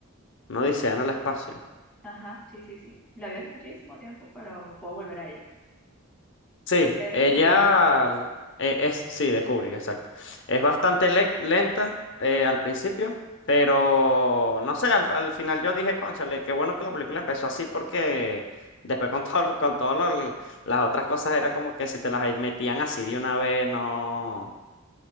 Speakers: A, on the left; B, in the centre.
A: una odisea en el espacio.
B: Ajá, sí, sí, sí. La vi hace muchísimo tiempo, pero puedo volver a ella.
A: Sí,
B: Eh,
A: ella
B: de Kubrick,
A: eh, es, sí, de Kubrick, exacto. Es bastante le- lenta eh, al principio, pero no sé, al, al final yo dije, cónchale, qué bueno que la película empezó así porque después con todo, lo- con todas las otras cosas era como que si te las metían así de una vez no,